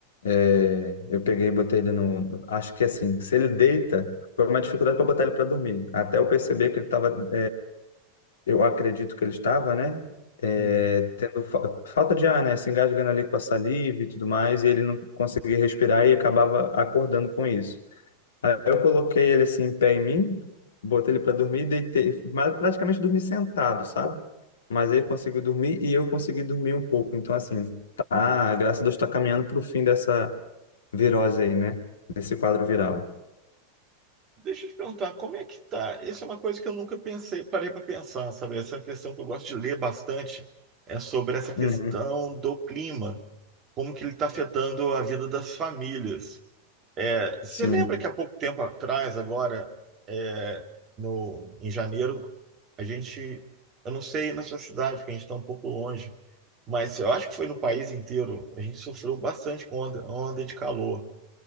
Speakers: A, on the left; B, on the right.
A: É, Eu peguei e botei ele no. Acho que assim, se ele deita, foi uma dificuldade para botar ele para dormir. Até eu perceber que ele estava. eu acredito que ele estava, né? é,
B: Uhum.
A: tendo fa- falta de ar, né? Se engasgando ali com a saliva e tudo mais, e ele não conseguia respirar e acabava acordando com isso. Aí eu coloquei ele assim, em pé em mim, botei ele para dormir e deitei. Mas praticamente dormi sentado, sabe? Mas ele conseguiu dormir e eu consegui dormir um pouco. Então, assim, tá, graças a Deus está caminhando para o fim dessa virose aí, né? Desse quadro viral.
B: Deixa eu te perguntar, como é que tá? Isso é uma coisa que eu nunca pensei, parei para pensar, sabe? Essa é uma questão que eu gosto de ler bastante é sobre essa questão
A: Uhum.
B: do clima. como que ele está afetando a vida das famílias. É, você
A: Sim,
B: lembra que há pouco tempo atrás, agora, é, no, em janeiro, a gente, eu não sei na sua cidade, que a gente está um pouco longe, mas eu acho que foi no país inteiro, a gente sofreu bastante com onda, onda de calor.